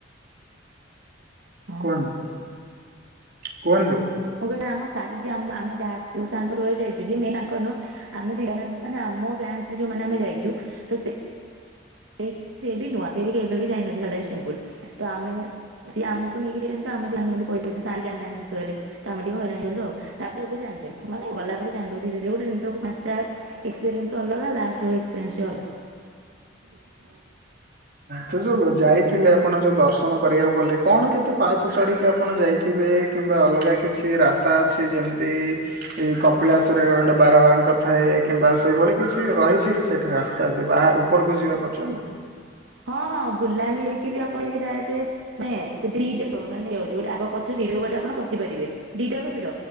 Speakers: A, on the right; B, on the right.
A: ହଁ
B: କୁହନ୍ତୁ। କୁହନ୍ତୁ।
A: ମୁଁ କହିଲି ଆମ ସାର ଯେ ଆମ ଆମେ ଯାହା ଯୋଉ ସାରଙ୍କ ଥ୍ରୋରୁ ଯାଇଛୁ ଯେ ମେନ୍ ତାଙ୍କ ନୁହଁ ଆମେ <unintelligible> ମାନେ ଆମ ବ୍ୟାଚ଼ରେ ଯୋଉମାନେ ଆମେ ଯାଇଛୁ, ତ ସେ ସେଇ ସିଏବି ନୁଆଁ ସିଏବି କେବେବି ଯାଇନାହାନ୍ତି <unintelligible> ତ ଆମେ ସିଏ ଆମକୁ ନେଇକି ଯାଇଛନ୍ତି ତ, ଆମେ ବି ଜାଣିନାହାନ୍ତି ପଇସା ବିଷୟରେ ସାର ବି ଜାଣିନାହାନ୍ତି <unintelligible> ତ ଆମେ ଟିକେ ହଇରାଣ ହେଇଗଲୁ ଆଉ। ତାପରେ ଏବେ ଜାଣିଦେଲୁ। ମାନେ ଗଲାପରେ ଜାଣିୁଦେଲୁ ଧିରେ ଧିରେ ଗୋଟେ ଜିନିଷ କୁ ଫାର୍ଷ୍ଟ ଟା ଏକ୍ସପିରିଏନ୍ସ ଅଲଗା। ଲାଷ୍ଟ କୁ ଏକ୍ସପେରେନ୍ସ ବି ଅଲଗା। ହ୍ୟା
B: ସେ ଯୋଉ ଯାଇଥିଲେ, ଆପଣ ଯୋଉ ଦର୍ଶନ କରିବାକୁ ଗଲେ କଣ କେତେ ପାହାଚ ଚଢ଼ିକି ଆପଣ ଯାଇଥିବେ? କିମ୍ବା ଅଲଗା କିଛି ରାସ୍ତା ଅଛି ଯେମିତି ଏଇ କପିଳାସରେ ଗୋଟେ ବାରବାଙ୍କଥାଏ କିମ୍ବା ସେଇଭଳି କିଛି ରହିଛି କିଛି ସେଠି ରାସ୍ତା ଯିବା, ଉପରକୁ ଯିବା ପର୍ଯ୍ୟନ୍ତ
A: ହଁ ହଁ ବୁଲାଣି ହେଇକି ବି ଆପଣ ବ ଡାଇରେକ୍ଟ <unintelligible> ଆପଣ ବସି ପାରିବେ। ଦିଟା ଯାକ ଭିଡ।